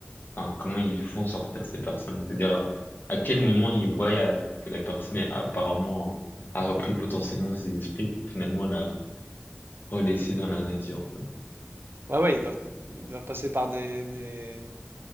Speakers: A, on the left; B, on the right.
A: enfin, comment ils font sortir ces personnes. C'est-à-dire, euh, à quel moment ils voient euh, que la personne est apparemment, euh, a repris potentiellement ses esprits pour finalement la relaisser dans la nature.
B: Ouais, ouais, ils doivent, ils doivent passer par des... des-